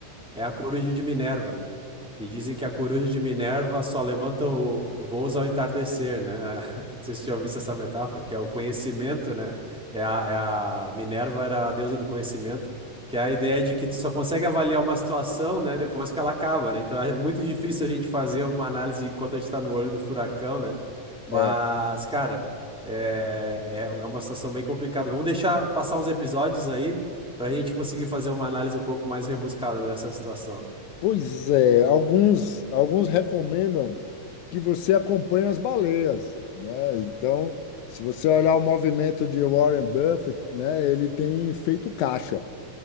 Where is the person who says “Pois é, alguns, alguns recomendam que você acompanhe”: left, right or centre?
Left